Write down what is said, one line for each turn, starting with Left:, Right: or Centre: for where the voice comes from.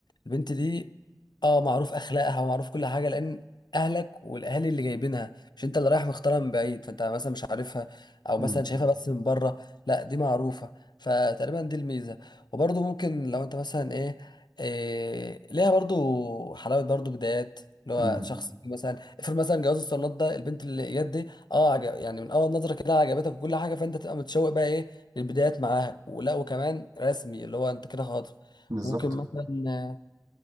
Left: البنت دي اه معروف اخلاقها ومعروف كل حاجه لان اهلك والاهالي اللي جايبينها مش انت اللي رايح مختارها من بعيد فانت مثلا مش عارفها او
Right: امم
Left: مثلا شايفها بس من بره لا دي معروفه فتقريبا دي الميزه وبرضه ممكن لو انت مثلا ايه إيه ليها برضو حلاوه برضو بدايات اللي هو
Right: امم
Left: شخص مثلا افرض مثلا جواز الصالونات ده البنت اللي جت دي اه عجب يعني من اول نظره كده عجبتك وكل حاجه فانت تبقى متشوق بقى ايه للبدايات معاها ولا وكمان رسمي اللي هو انت كده خاطب
Right: بالظبط
Left: ممكن مثلا